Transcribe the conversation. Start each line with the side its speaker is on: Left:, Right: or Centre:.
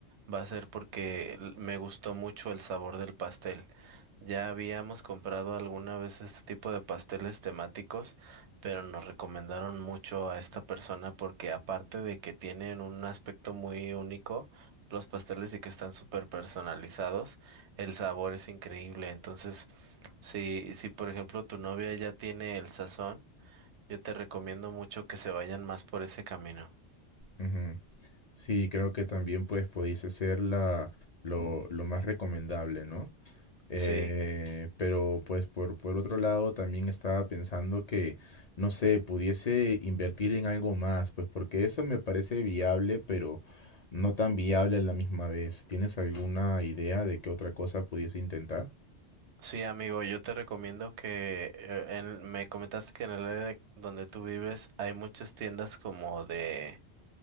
Right: Va a ser porque l- me gustó mucho el sabor del pastel. Ya habíamos comprado alguna vez este tipo de pasteles temáticos, pero nos recomendaron mucho a esta persona porque aparte de que tienen un aspecto muy único, los pasteles y que están súper personalizados, el sabor es increíble. Entonces, si, si por ejemplo tu novia ya tiene el sazón, yo te recomiendo mucho que se vayan más por ese camino.
Left: ujú. Sí, creo que también pues pudiese ser la, lo, lo más recomendable, ¿no? Eh,
Right: Sí.
Left: pero pues por, por otro lado también estaba pensando que, no sé, pudiese invertir en algo más, pues porque eso me parece viable, pero no tan viable a la misma vez. ¿Tienes alguna idea de qué otra cosa pudiese intentar?
Right: Sí, amigo, yo te recomiendo que eh, en- me comentaste que en el área de- donde tú vives hay muchas tiendas como de,